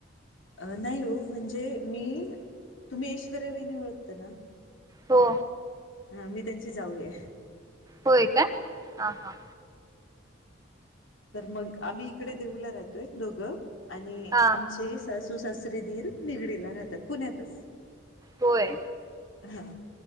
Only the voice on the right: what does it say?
हो
होय का हा हा
हा
होय